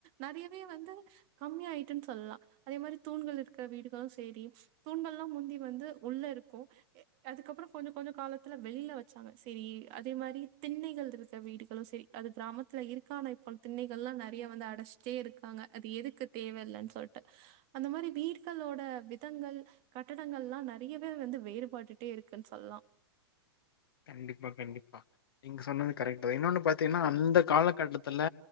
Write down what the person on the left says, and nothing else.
கண்டிப்பா கண்டிப்பா நீங்க சொன்னது கரெக்ட்தா இன்னோன்னு பாத்தீங்கன்னா அந்த காலகட்டத்துல